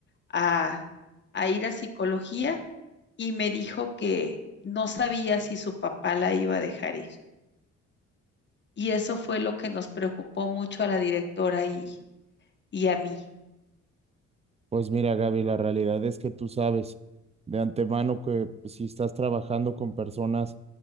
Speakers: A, on the left; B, on the right.
A: a, a ir a psicología y me dijo que no sabía si su papá la iba a dejar ir. Y eso fue lo que nos preocupó mucho a la directora y, y a mí.
B: Pues mira, Gaby, la realidad es que tú sabes de antemano que pues, si estás trabajando con personas